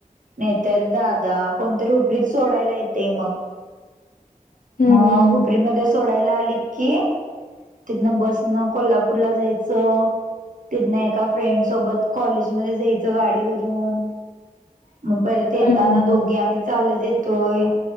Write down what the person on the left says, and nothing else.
हम्म
हम्म
हम्म